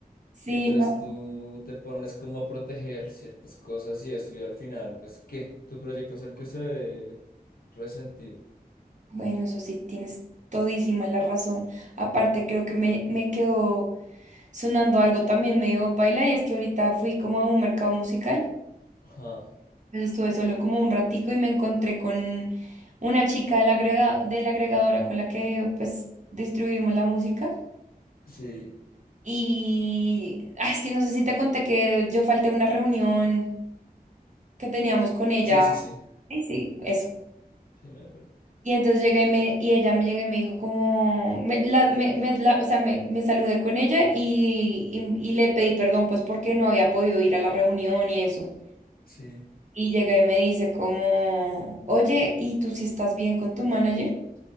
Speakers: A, on the right; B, on the left.
A: sí,
B: Y entonces
A: no.
B: tú te pones como a proteger ciertas cosas y eso, y al final, pues, ¿qué? Tu proyecto es el que se ve resentido.
A: Bueno, eso sí, tienes todísima la razón. Aparte, creo que me, me quedó sonando algo también medio paila y es que ahorita fui como a un mercado musical,
B: Ajá.
A: pues estuve solo como un ratico y me encontré con una chica de la agrega- de la agregadora con la que pues distribuimos la música
B: Sí,
A: y ah, es que no sé si te conté que yo falté a una reunión que teníamos con ella,
B: sí, sí, sí.
A: sí, sí, eso.
B: Sí, me acuerdo.
A: Y entonces llega y, me, y ella me llega y me dijo como, me, la, me, me- la- o sea, me, me saludé con ella y, y y le pedí perdón pues porque no había podido ir a la reunión y eso.
B: Sí.
A: Y llega y me dice como, oye, ¿y tú si estás bien con tu manager?